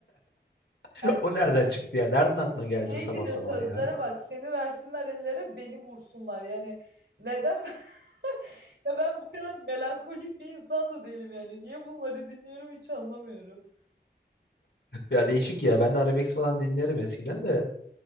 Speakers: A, on the left; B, on the right.
A: <laughs>
B: Yani
A: O nereden çıktı ya? Nereden aklına geldi
B: sürekli
A: o sabah
B: de
A: sabah
B: sözlere
A: ya?
B: bak seni versinler ellere beni vursunlar. Yani neden? <laughs> Ya ben bu kadar melankolik bir insan da değilim yani. Niye bunları dinliyorum hiç anlamıyorum.
A: Ya değişik ya. Ben de arabesk falan dinlerim eskiden de.